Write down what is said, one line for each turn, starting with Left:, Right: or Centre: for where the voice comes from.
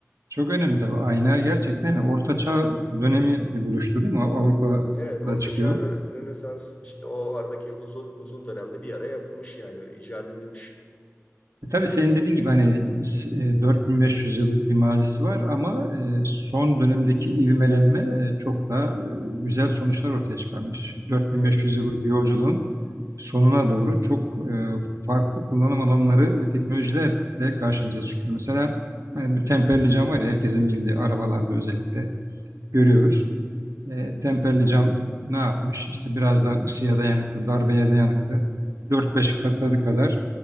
Right: çok önemli tabii. Ayna gerçekten yani Orta Çağ dönemi bir buluştu değil mi? Av- Avrupa'da
Left: <laughs> evet Orta
Right: çıkıyor.
Left: Çağ, Rö- Rönesans işte o aradaki uzun uzun dönemde bir ara yapılmış yani icat edilmiş.
Right: E tabii senin dediğin gibi hani s- e, 4500 yıllık bir mazisi var ama e, son dönemdeki ivmelenme e, çok daha e, güzel sonuçlar ortaya çıkarmış. 4500
Left: Evet.
Right: yıllık yolculuğun sonuna doğru çok e, farklı kullanım alanları ve teknolojilerle karşımıza çıkıyor. Mesela hani bu temperli cam var ya herkesin bildiği arabalarda özellikle görüyoruz. E, temperli cam ne yapmış? İşte biraz daha ısıya dayanıklı, darbeye dayanıklı. 4-5 katı kadar